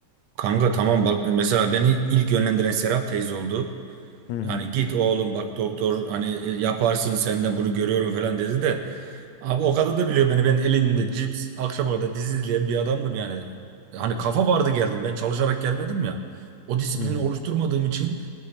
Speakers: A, on the right (about 75°); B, on the left (about 80°).
A: kanka tamam bak e, mesela beni ilk yönlendiren Serap teyze oldu.
B: Hı hı.
A: Yani git oğlum bak doktor hani e, yaparsın senden bunu görüyorum falan dedi de. Abi o kadın da biliyor beni ben elinde cips akşama kadar dizi izleyen bir adamdım yani. Hani kafa vardı geldim ben çalışarak gelmedim ya. O disiplini
B: Hı hı.
A: oluşturmadığım için